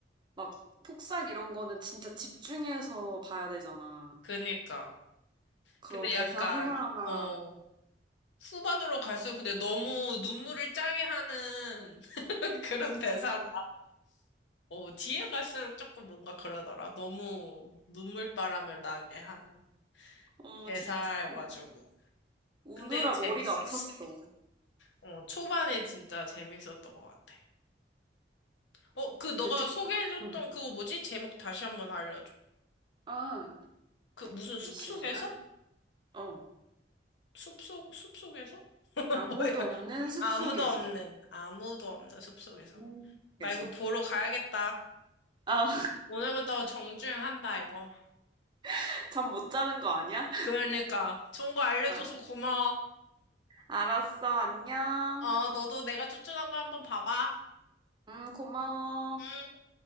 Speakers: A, on the right; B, on the left.
A: 막, 폭삭 이런 거는 진짜 집중해서 봐야 되잖아.
B: 그니까.
A: 그런
B: 근데
A: 대사
B: 약간,
A: 하나하나.
B: 어, 후반으로 갈수록 근데 너무 눈물을 짜게 하는 <laughs> 그런 대사라. 어, 뒤에 갈수록 조금 뭔가 그러더라. 너무 눈물바람을 나게 하는.
A: 어,
B: 대사여가지고.
A: 진짜. 우, 우느라
B: 근데 재밌었어.
A: 머리가 아팠어.
B: 어, 초반에 진짜 재밌었던 것 같아. 어, 그 너가
A: 근데 듣,
B: 소개해줬던
A: 응.
B: 그거 뭐지? 제목 다시 한번 알려줘.
A: 아,
B: 그 무슨
A: 잠시만.
B: 숲속에서?
A: 어,
B: 숲속, 숲속에서? <laughs>
A: 아무도
B: 뭐야?
A: 없는 숲속에서.
B: 아무도 없는, 아무도 없는 숲속에서.
A: 없는
B: 나
A: 숲속에서.
B: 이거 보러 가야겠다.
A: 아,
B: 오늘부터 정주행한다, 이거.
A: <laughs> 잠 못 자는 거 아니야?
B: 그러니까. 좋은 거 알려줘서
A: 알-
B: 고마워.
A: 알았어, 안녕.
B: 어, 너도 내가 추천한 거 한번 봐봐.
A: 음, 고마워.
B: 응.